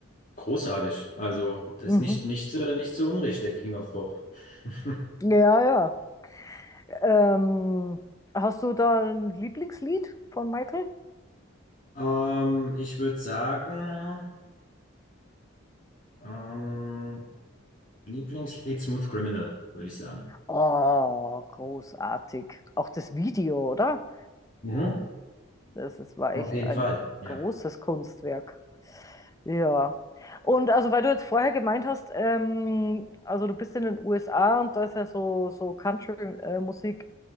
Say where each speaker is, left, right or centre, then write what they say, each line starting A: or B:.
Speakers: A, on the left (about 40°); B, on the left (about 15°).
A: Großartig. Also, das
B: Mhm.
A: ist nicht, nicht, äh, nicht zu Unrecht, der King of Pop. <laughs>
B: Ja, ja. Ähm, hast du da ein Lieblingslied von Michael?
A: Ähm, ich würde sagen, ähm, Lieblingslied Smooth Criminal, würde ich sagen.
B: Oh, großartig. Auch das Video, oder?
A: Mhm.
B: Das das war
A: Auf
B: echt
A: jeden
B: ein
A: Fall, ja.
B: großes Kunstwerk. Ja. Und also, weil du jetzt vorher gemeint hast, ähm, also du bist in den USA und da ist ja so, so Country-Musik.